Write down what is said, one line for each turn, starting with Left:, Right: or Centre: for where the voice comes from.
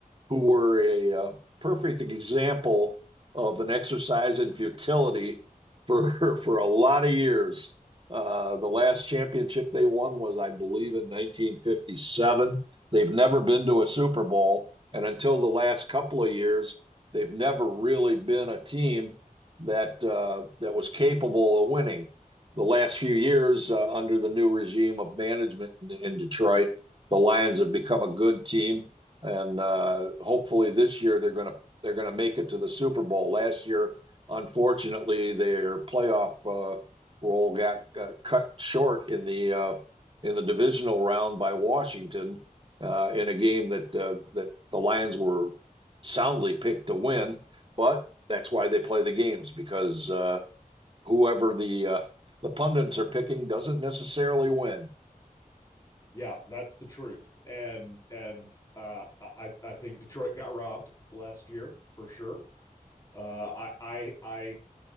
Right: who were a uh, perfect example of an exercise in futility for <laughs> for a lot of years. Uh, the last championship they won was, I believe, in 1957. They've never been to a Super Bowl, and until the last couple of years, they've never really been a team that uh, that was capable of winning. The last few years, uh, under the new regime of management in, in Detroit, the Lions have become a good team and uh, hopefully this year they're gonna they're gonna make it to the Super Bowl. Last year, unfortunately, their playoff uh, role got, got cut short in the uh, in the divisional round by Washington uh, in a game that uh, that the Lions were soundly picked to win. But that's why they play the games because uh, whoever the uh, the pundits are picking doesn't necessarily win.
Left: Yeah, that's the truth. And and uh, I I think Detroit got robbed last year for sure. Uh, I I I